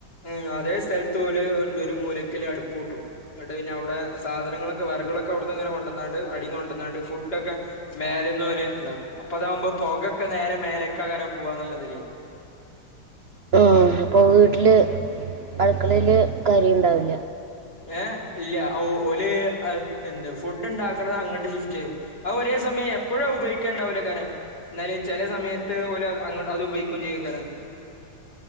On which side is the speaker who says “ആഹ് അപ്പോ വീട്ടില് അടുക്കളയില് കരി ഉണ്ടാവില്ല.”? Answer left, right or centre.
Right